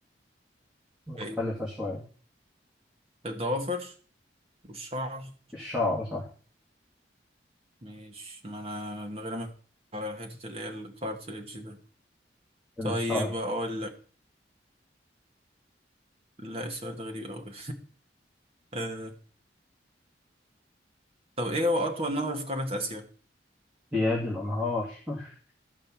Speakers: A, in the centre; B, on the right.
A: مختلفة
B: ايه
A: شوية
B: الضوافر والشعر
A: الشعر صح
B: مش ما انا من غير ما على حتة اللي هي الكارتريدج ده
A: الشعر
B: طيب اقول لك لا السؤال ده غريب أوي <laughs> آه. طب ايه هو أطول نهر في قارة آسيا
A: بيادي الأنهار <laughs>